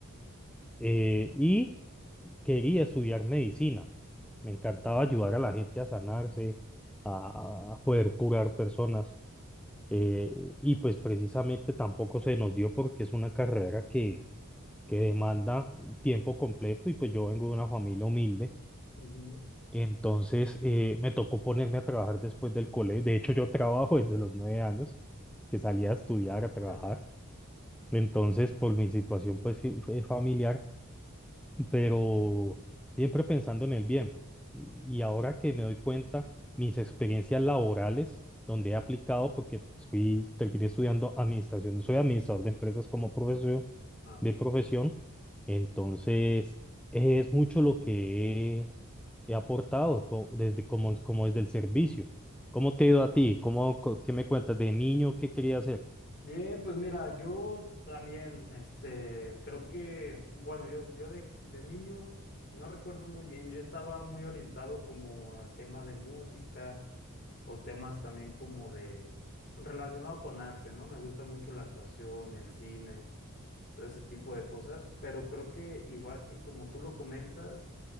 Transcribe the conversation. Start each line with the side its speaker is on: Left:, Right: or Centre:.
Centre: Eh, y quería estudiar medicina, me encantaba ayudar a la gente a sanarse, a a poder curar personas eh, y pues precisamente tampoco se nos dio porque es una carrera que, que demanda tiempo completo y pues yo vengo de una familia humilde,
Left: ujú.
Centre: entonces eh, me tocó ponerme a trabajar después del colegio, de hecho yo trabajo <laughs> desde los nueve años, que salía a estudiar, a trabajar,
Left: Órale.
Centre: entonces por mi situación pues fi- fue familiar pero siempre pensando en el bien. Y y ahora que me doy cuenta, mis experiencias laborales, donde he aplicado, porque fui, terminé estudiando administración, soy administrador de empresas como profesión,
Left: Ah, ok.
Centre: de profesión, entonces es mucho lo que he, he aportado co- desde, como, como desde el servicio. ¿Cómo te ha ido a ti? ¿Cómo, co- qué me cuentas de niño? ¿Qué quería hacer?
Left: Bien, pues mira, yo también, este, creo que, bueno, yo, yo de, de niño no recuerdo muy bien, yo estaba muy orientado como al tema de música o temas también como de relacionado con arte, ¿no? Me gusta mucho la actuación, el cine todo ese tipo de cosas, pero creo que igual que como tú lo comentas,